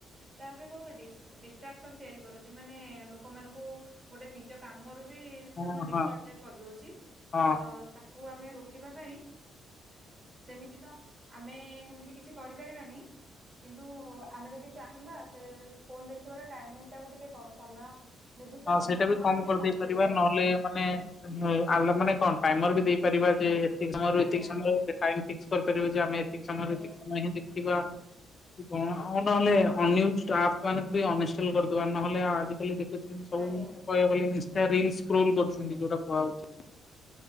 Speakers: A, on the right; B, on the left.
A: ତା ବହୁତ ଡିସ ଡିଷ୍ଟ୍ରାକ୍ସନ ତିଆରି କରୁ ଚି ମାନେ ଲୋକମାନଙ୍କୁ ଗୋଟେ ନିଜ କାମ ବି
B: ହଁ
A: ସବୁ ଡିଷ୍ଟ୍ରାକଟେଡ
B: ହଁ
A: କର ଦଉଚି,
B: ହଁ
A: ତ ତା କୁ ଆମେ ରୋକିବା ପାଇଁ ସେମିତି ତ ଆମେ ହେମିତି କିଛି କରିପାରିବାନି କିନ୍ତୁ ଆମେ ଯଦି ଚାହିଁବା ସେ ଫୋନ ଦେଖିବାର ଟାଇମିଙ୍ଗ ଟାକୁ ଟି କେ କହୁ ସମୟ ନିର୍ଦ୍ଦିଷ୍ଟ
B: ହଁ
A: ସମୟ
B: ସେଇଟା ବି
A: ସୀମାକୁ
B: କମ
A: ଟିକେ
B: କରିଦେଇ
A: କମେଇ
B: ପାରିବା,
A: ଦେଇ
B: ନହେଲେ ମାନେ ଆଲ ମାନେ କଣ ଟାଇମର ବି ଦେଇ ପାରିବା ଯେ ଏତିକି ସମୟରୁ
A: ଆଜ୍ଞା
B: ଏତିକି ସମୟ
A: ଆଜ୍ଞା
B: ଟାଇମ୍ ଫିକ୍ସ କରିପାରିବା ଯେ ଆମେ ଏତିକି ସମୟରୁ
A: ଆଜ୍ଞା
B: ଏତିକି ସମୟ ହିଁ ଦେଖିବା। କଣ ଆଉ ନହେଲେ ଅନ୍ ୟୁଜଡ୍ ଆପ ଆମେ ବି ଅନଇଷ୍ଟଲ କରିଦବା ନହେଲେ ଆଉ ଆଜିିକାଲି <unintelligible> ସବୁ <unintelligible>
A: ଆଜ୍ଞା
B: କହିବାକୁ ଗଲେ ଇାନଷ୍ଟା ରିଲ ସ୍କ୍ରୋଲ କରୁଛନ୍ତି ଯୋଉଟା କୁହା ହଉଚି?